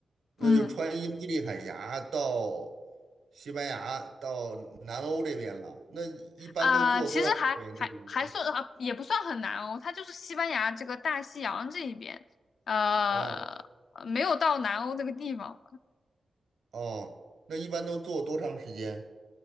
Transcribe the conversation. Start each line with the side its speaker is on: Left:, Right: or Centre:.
Right: 那就穿英吉利海峡到
Left: 嗯，
Right: 西班牙，到南欧这边了。那一般都坐多长时间？
Left: 啊、其实还还还算呃也不算很难哦。
Right: 这个轮
Left: 它就是西班牙这个大西洋这一边，呃，
Right: 哦
Left: 没有到南欧这个地方。
Right: 哦，那一般都坐多长时间？